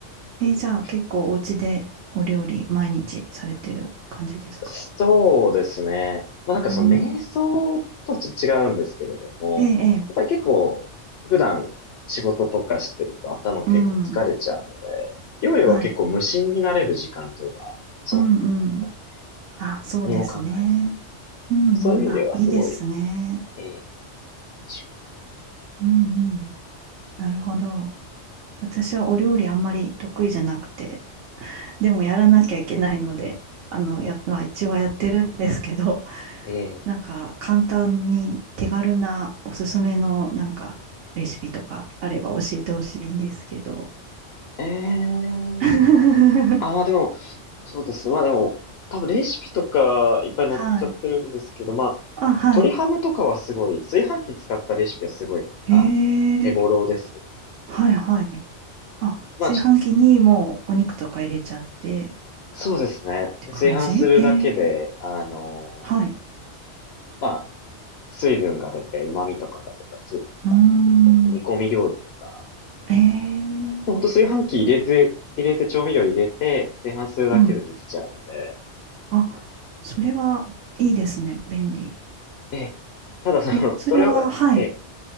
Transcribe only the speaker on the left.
る。
そうですね。まあなんかその瞑想とちょっと違うんですけれども、
やっぱり結構普段仕事とかしてると頭結構疲れちゃうので、
料理は結構無心になれる時間といえばそうなんですよね。
何も考えず。
そういう意味ではすごい、
ええいい趣味だ。
え
えええ
あ、まあでも、そうですね。まあでも、多分レシピとかいっぱい載っちゃってるんですけど、
まあ、
鶏ハムとかはすごい、炊飯器使ったレシピはすごい、
あの、
手頃ですよ。
まあ、
ちょそうですね。
で炊飯するだけで、あのー
まあ、水分が出て、旨味とかが出たスープとかにできたりとか、
煮込み料理とか、
もうほんと炊飯器入れて、入れて、調味料入れて、炊飯するだけでできちゃうので、
ええ、ただその、
それを、ええ